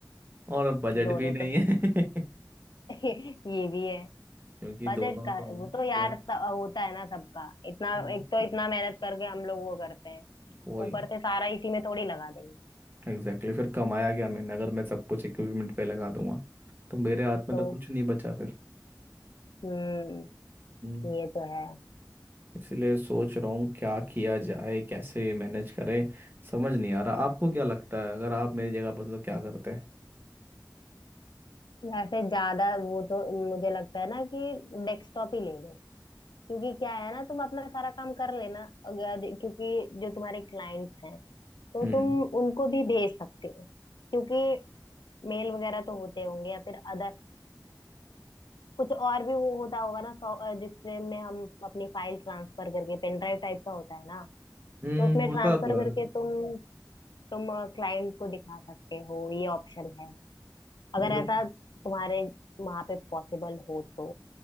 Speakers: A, on the right; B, on the left.
A: और बजट
B: पर दोनों
A: भी नहीं
B: तो
A: है <laughs>
B: <laughs> ये भी है
A: क्योंकि
B: बजट
A: दोनों
B: का
A: तो
B: वो तो यार
A: दो
B: स- होता है ना सबका इतना
A: वही।
B: एक तो इतना मेहनत करके हम लोग वो करते हैं
A: वही
B: ऊपर से सारा इसी में थोड़ी लगा देंगे
A: एग्जैक्टली exactly. फिर कमाया क्या मैंने अगर मैं सब कुछ इक्विपमेंट पे लगा दूंगा तो मेरे हाथ में
B: तो
A: तो कुछ नहीं बचा
B: हम्म
A: फिर
B: ये तो है
A: इसलिए सोच रहा हूँ क्या किया जाए कैसे मैनेज करें समझ नहीं आ रहा आपको क्या लगता है अगर आप मेरी जगह पर तो क्या करते हैं
B: वैसे ज्यादा वो तो मुझे लगता है ना कि डेस्कटॉप ही ले लो क्योंकि क्या है ना तुम अपना सारा काम कर लेना अगर क्योंकि जो तुम्हारे क्लाइंट्स हैं तो
A: हम्म
B: तुम उनको भी भेज सकते हो क्योंकि मेल वगैरह तो होते होंगे या फिर अदर कुछ और भी वो होता होगा ना सॉ- अ, जिससे में हम अपनी फाइल ट्रांसफर करके पेन ड्राइव टाइप का होता है ना
A: हम्म
B: तो उसमें
A: होता
B: ट्रांसफर
A: तो है
B: करके तुम तुम क्लाइंट को दिखा सकते हो ये ऑप्शन है अगर
A: मतलब
B: ऐसा तुम्हारे वहां पे पॉसिबल हो तो